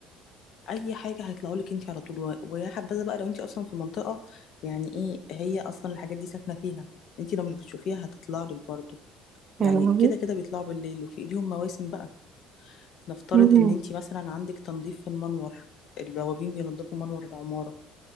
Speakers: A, on the left (about 65°); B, on the right (about 50°).
A: اي حاجه هيطلعوا لك انت على طول و- ويا حبذا بقى لو انت اصلا في منطقه يعني ايه هي اصلا الحاجات دي ساكنه فيها انت لو مش بتشوفيها هتطلع لك برضو يعني
B: يا لهوي
A: كده كده بيطلعوا بالليل وفي ليهم مواسم بقى نفترض
B: مم.
A: ان انت مثلا عندك تنظيف في المنور البوابين بينظفوا منور العماره